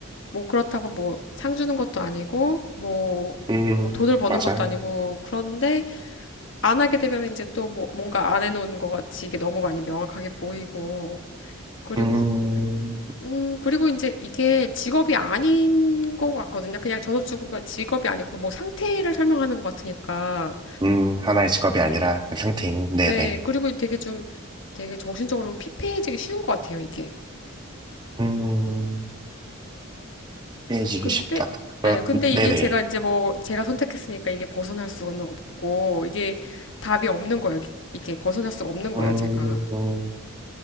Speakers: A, on the left; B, on the right.
A: 뭐 그렇다고 뭐 상 주는 것도 아니고, 뭐,
B: 음,
A: 뭐 돈을 버는
B: 맞아요.
A: 것도 아니고, 그런데, 안 하게 되면 이제 또 뭐, 뭔가 안 해놓은 것 같이 이게 너무 많이 명확하게 보이고, 그리고,
B: 음,
A: 음, 그리고 이제 이게 직업이 아닌 것 같거든요. 그냥 전업주부가 직업이 아니고 뭐 상태를 설명하는 것 같으니까.
B: 음, 하나의 직업이 아니라 그 상태인, 네네.
A: 네, 그리고 되게 좀 되게 정신적으로 피폐해지기 쉬운 것 같아요, 이게.
B: 음, 해지기
A: 근데,
B: 쉽다. 그럼-
A: 예, 근데
B: 네네.
A: 이게 제가 이제 뭐 제가 선택했으니까 이게 벗어날 수는 없고, 이게 답이 없는 거예요. 이게 벗어날 수가 없는
B: 어,
A: 거예요, 제가.
B: 음,